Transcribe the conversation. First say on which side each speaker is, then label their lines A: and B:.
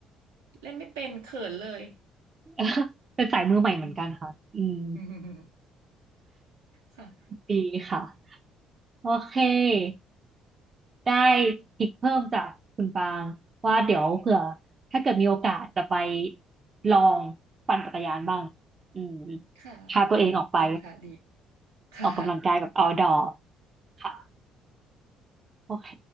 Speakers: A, on the right (about 75°); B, on the right (about 35°).
A: เล่นไม่เป็นเขินเลย
B: <laughs> เป็นสายมือใหม่เหมือนกันค่ะ
A: <laughs>
B: อืม
A: อืมค่ะ
B: ดีค่ะ โอเค ได้ทิกเพิ่มจากคุณปางว่าเดี๋ยวเผื่อถ้าเกิดมีโอกาสจะไปลองปั่นจักรยานบ้าง อืม
A: ค่ะ
B: พาตัวเองออกไป
A: ดีค่ะดีค่ะ
B: ออกกำลังกายแบบ outdoor ค่ะ โอเค